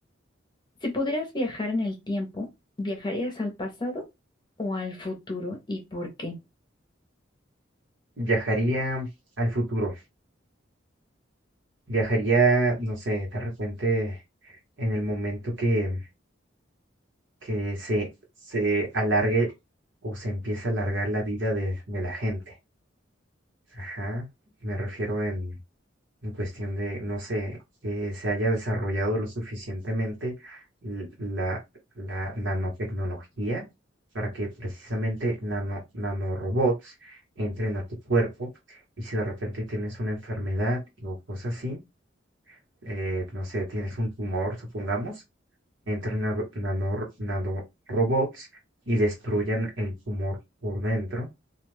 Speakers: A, on the left (about 25°); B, on the right (about 70°).
A: Si pudieras viajar en el tiempo, ¿viajarías al pasado o al futuro y por qué?
B: viajaría al futuro, viajaría, no sé, de repente en el momento que que se, se alargue o se empiece a alargar la vida de, de la gente. Ajá. Me refiero en, en cuestión de, no sé, que se haya desarrollado lo suficientemente l- la, la nanotecnología para que precisamente nano, nanorobots entren a tu cuerpo y si de repente tienes una enfermedad o cosas así, eh, no sé, tienes un tumor, supongamos, entren nano- nano- nanorobots y destruyan el tumor por dentro